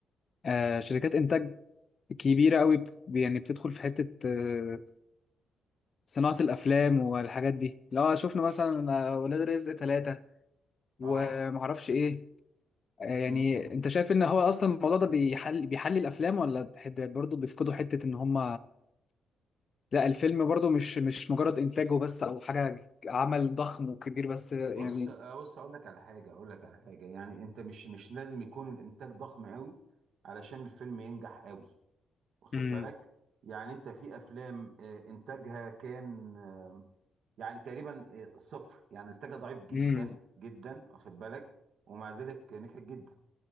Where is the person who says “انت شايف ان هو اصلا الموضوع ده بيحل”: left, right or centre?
Left